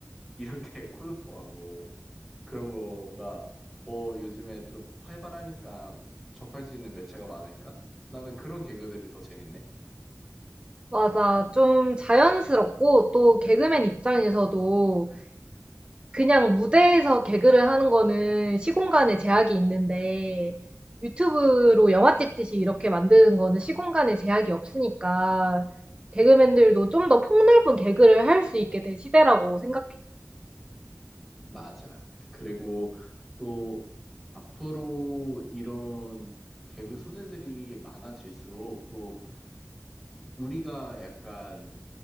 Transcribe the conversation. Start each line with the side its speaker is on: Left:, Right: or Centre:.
Centre: 이렇게 <laughs> 콜라보하고 그런 거가 더 요즘에 좀 활발하니까 접할 수 있는 매체가 많으니까 나는 그런 개그들이 더 재밌네.
Right: 맞아. 좀 자연스럽고 또 개그맨 입장에서도 그냥 무대에서 개그를 하는 거는 시공간의 제약이 있는데 유튜브로 영화 찍듯이 이렇게 만드는 거는 시공간의 제약이 없으니까 개그맨들도 좀 더 폭넓은 개그를 할 수 있게 된 시대라고 생각해.
Centre: 맞아. 그리고 또 앞으로 이런 개그 소재들이 많아질수록 또 우리가 약간